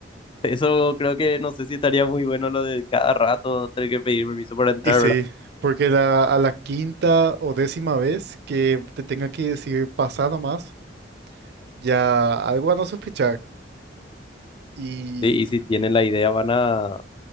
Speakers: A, on the left (about 30°); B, on the right (about 60°).
A: eso creo que no sé si estaría muy bueno lo de cada rato tener que pedir permiso para entrar,
B: Y sí,
A: ¿verdad?
B: porque la- a la quinta o décima vez que te tenga que decir pasa nomás, ya algo van a sospechar. Y,
A: Sí, y si tienen la idea van a